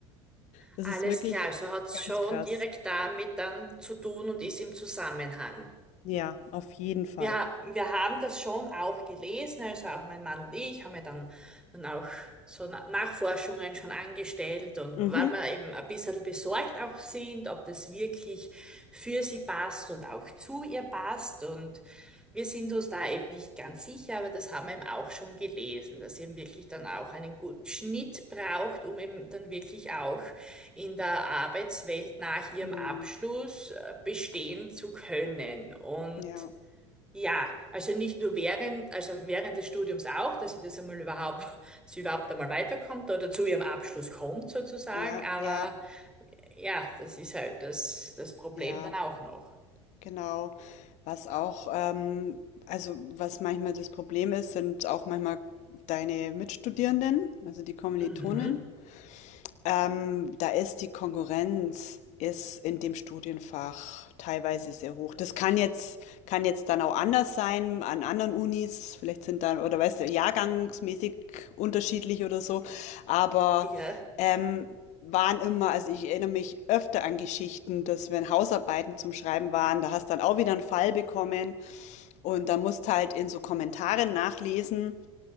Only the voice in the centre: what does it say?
Alles
klar. Also hat es
schon
direkt damit dann zu tun und ist im Zusammenhang.
Ja, wir haben das schon auch gelesen, also auch mein Mann und ich haben ja dann, dann auch so Na- Nachforschungen schon angestellt und
weil wir eben ein bisschen besorgt auch sind, ob das wirklich für sie passt und auch zu ihr passt und wir sind uns da eben nicht ganz sicher, aber das haben wir eben auch schon gelesen, dass sie eben wirklich dann auch einen guten Schnitt braucht, um eben dann wirklich auch in der Arbeitswelt nach ihrem
Abschluss äh, bestehen zu können und
ja, also nicht nur während, also während des Studiums auch, dass sie das einmal überhaupt, <laughs> dass sie überhaupt einmal weiterkommt oder zu ihrem Abschluss kommt sozusagen,
aber
ja, das ist halt das, das Problem
dann auch noch.
Mhm.
Ja,